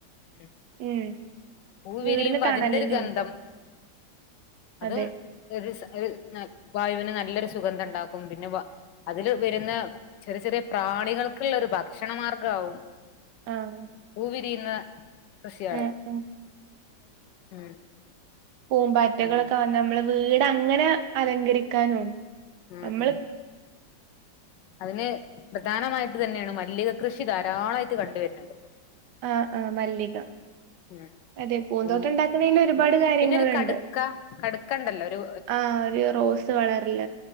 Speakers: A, on the left; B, on the right.
A: ഉം
B: ഉം
A: പൂ
B: വീടിന്ന്
A: വിരിയുമ്പ
B: കാണലെന്നെയുണ്ട്
A: അതിന്റെരുഗന്ധം അതും
B: അതെ
A: ഒരിസ് ഒര് ന വായുവിന് നല്ലൊരു സുഗന്ധണ്ടാക്കും പിന്നെവാ അതില് വെരുന്ന ചെറിചെറിയ പ്രാണികൾക്ക്ള്ള ഒര് ഭക്ഷണ മാർഗ്ഗാ വും
B: ആഹ്
A: പൂവിരിയുന്ന കൃഷിയോളെ
B: ആഹ് ആഹ്
A: ഉം
B: പൂമ്പാറ്റകളക്കെ
A: അങ്ങനെ
B: വന്ന് ഞമ്മളവീടങ്ങനെ അലങ്കരിക്കാനും
A: ഉം
B: നമ്മള്
A: ഉം അതിന് പ്രധാനമായിട്ട് തന്നെയാണ് മല്ലിക കൃഷിധാരാളായിട്ട് കണ്ട് വര്ന്‌ ണ്ട്
B: ആഹ് ആഹ് മല്ലിക
A: ഉം
B: അതെ പൂന്തോട്ടണ്ടാക്കണേന്
A: മല്ലി
B: ഒരുപാട്
A: ഉം
B: കാര്യങ്ങള്ണ്ട്
A: പിന്നെ ഒരു കടുക്ക കടുക്ക ഉണ്ടല്ലോ ഒരു
B: ആ ഒരു റോസ് കളറിൽ